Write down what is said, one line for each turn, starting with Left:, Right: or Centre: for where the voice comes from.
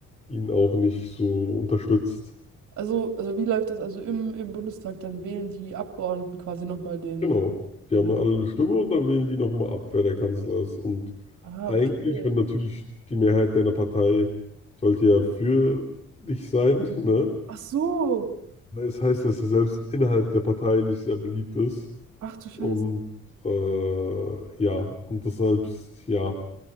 Left: ihn auch nicht so unterstützt?
Right: Also, also wie läuft das? Also im, im Bundestag, dann wählen die Abgeordneten quasi nochmal den
Left: Genau. Die
Right: Ding.
Left: haben alle eine Hm. Stimme und dann wählen die nochmal ab, wer der Kanzler ist. Und
Right: Ah,
Left: eigentlich,
Right: okay.
Left: wenn natürlich die Mehrheit deiner Partei sollte ja für dich sein, <laughs> ne?
Right: Ach so.
Left: Weil Es heißt, dass er selbst innerhalb der Partei nicht sehr beliebt ist.
Right: Ach du Scheiße.
Left: Und äh, ja, und deshalb, ja,